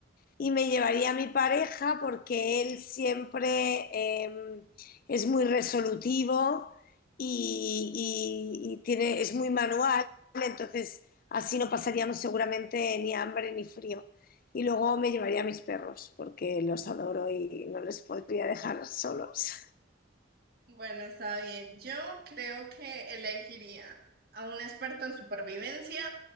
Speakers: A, on the left; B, on the right.
A: Y me llevaría a mi pareja porque él siempre eh, es muy resolutivo y, y- y tiene, es muy manual, entonces así no pasaríamos seguramente ni hambre ni frío. Y luego me llevaría a mis perros porque los adoro y no les podría dejar solos. <laughs>
B: Bueno, está bien. Yo creo que elegiría a un experto en supervivencia,